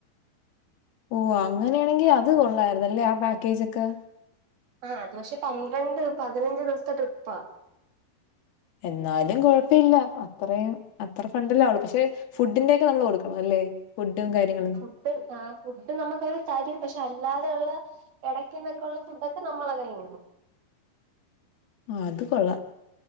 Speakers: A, on the left (about 60°); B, on the right (about 60°).
A: ഓ അങ്ങനെയാണെങ്കിൽ അത് കൊള്ളയിരുന്നു ല്ലേ ആ പാക്കേജ്‌ ഒക്കെ.
B: ആഹ അത് പക്ഷെ പന്ത്രണ്ട് പതിനഞ്ച് ദിവസത്തെ ട്രിപ്പാ.
A: എന്നാലും കുഴപ്പ ഇില്ല അത്രയും അത്ര ഫണ്ടല്ലാവള്ളൂ പക്ഷെ ഫുഡിന്റെ ഒക്കെ നമ്മൾ കൊടുക്കണം അല്ലേ ഫുഡും കാര്യങ്ങളും.
B: ഫു് ആ ഫുഡ് നമുക്ക് അവര് തരും പക്ഷെ അല്ലാതെയള്ള ഇടയ്ക്കുന്നൊക്കുള്ള ഫുഡൊക്കെ നമ്മള കഴിയുന്നതും
A: ആ അത് കൊള്ളാം.